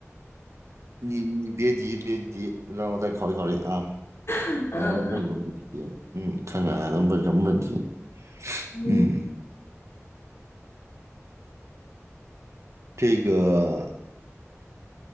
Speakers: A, on the right; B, on the left.
A: 你你别急，别急，让我再考虑考虑啊。
B: 好了嗯，
A: 我再问个问题，嗯，看看还能问什么问题？
B: 嗯，
A: 嗯，这个